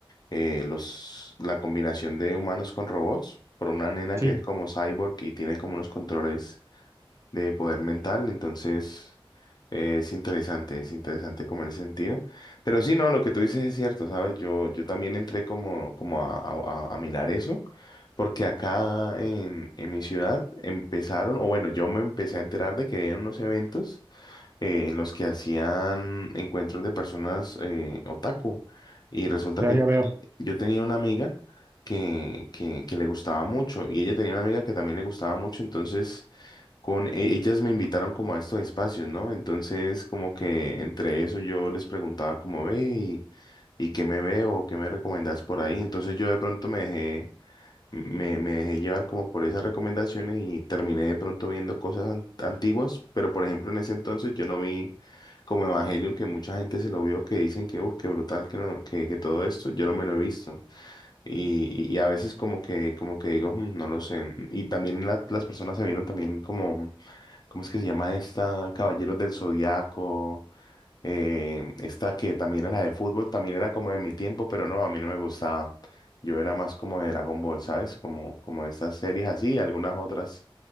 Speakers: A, on the left (about 50°); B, on the right (about 30°).
A: eh, los, la combinación de humanos con robots, por una nena
B: Sí,
A: que es como cyborg y tiene como unos controles de poder mental, entonces eh, es interesante, es interesante como en ese sentido. Pero sí, no, lo que tú dices es cierto, ¿sabes? Yo, yo también entré como, como a, a- a- a mirar eso, porque acá en, en mi ciudad empezaron, o bueno, yo me empecé a enterar de que habían unos eventos eh, en los que hacían encuentros de personas eh, otaku. Y resulta
B: ya,
A: que
B: ya
A: yo,
B: veo,
A: teni- yo tenía una amiga que, que, que le gustaba mucho, y ella tenía una amiga que también le gustaba mucho, entonces con e- ellas me invitaron como a estos espacios, ¿no? Entonces, como que entre eso yo les preguntaba como ve y, y qué me veo, qué me recomendás por ahí. Entonces yo de pronto me dejé, me, me dejé llevar como por esas recomendaciones y terminé de pronto viendo cosas an- antiguas, pero por ejemplo en ese entonces yo no vi como Evangelion, que mucha gente se lo vio, que dicen que, uff, qué brutal, que, no- que, que todo esto, yo no me lo he visto. Y, y y a veces como que, como que digo, "Mm, no lo sé. Y también la- las personas se vieron también como ¿Cómo es que se llama esta? Caballeros del Zodiaco. eh, esta que también era de fútbol, también era como de mi tiempo, pero no, a mí no me gustaba. Yo era más como de Dragon Ball, ¿sabes? Como, como estas series así, algunas otras